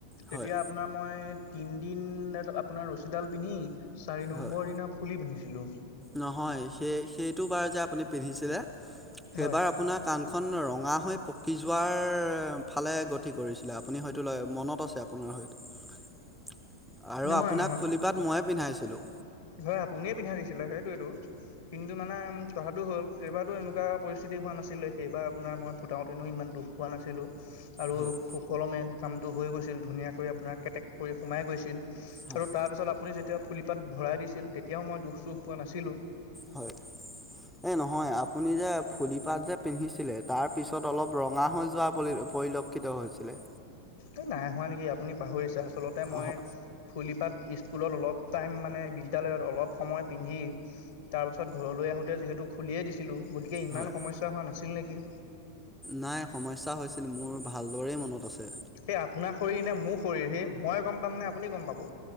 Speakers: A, on the left; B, in the centre.
A: তেতিয়া,
B: হয়
A: আপোনাৰ মই তিনদিনলে আপোনাৰ ৰছীডাল পিন্ধি চাৰি নম্বৰ
B: হয়
A: দিনা ফুলি পিন্ধিছিলো
B: নহয় সেই সেইটো বাৰ যে আপুনি পিন্ধিছিলে সেইবাৰ
A: হয়
B: আপোনাক কাণখন ৰঙা হৈ পকি যোৱাৰ ফালে গতি কৰিছিলে আপুনি হয়তো মনত আছে আপোনাৰ হয়তো আৰু
A: নহয়
B: আপোনাক ফুলিপাট ময়ে পিন্ধাইছিলো।
A: ধৰ আপুনিয়ে পিন্ধাই দিছিলে সেইটোৱেটো, কিন্তু মানে কথাটো হ'ল সেইবাৰতো এনেকোৱা পৰিস্থিতি হোৱা নাছিলে সেইবাৰ আপোনাৰ মই ফুটাওতেনো ইমান দুখ পোৱা নাছিলো। আৰু
B: হয়
A: সুকলমে কামটো হৈ গৈছিল ধুনীয়াকৈ আপোনাৰ কেটেক কৰি সোমাই গৈছিল
B: হয়
A: আৰু তাৰপাছত আপুনি যেতিয়া ফুলিপাত ভৰাই দিছিল তেতিয়াও মই দুখ চোখ পোৱা নাছিলো
B: হয় এই নহয় আ পুনি যে ফুলিপাত যে পিন্ধিছিলে তাৰপিছত অলপ ৰঙা হৈ যোৱা পৰি পৰিলক্ষিত হৈছিলে।
A: এই নাই হোৱা নেকি আপুনি পাহৰিছে আচলতে মই
B: হ
A: ফুলিপাত স্কুলত অলপ টাইম মানে বিদ্যালয়ত অলপ সময় পিন্ধি তাৰ পাছত ঘৰলৈ আহোতে যিহেতু খুলিয়েই দিছিলো গতিকে ইমান
B: হয়
A: সমস্যা হোৱা নাছিল নেকি
B: নাই সমস্যা হৈছিল মোৰ ভাল দৰেই মনত আছে
A: সেই আপোনাৰ শৰীৰ নে মোৰ শৰীৰ সেই মই গম পাম নে আপুনি গম পাব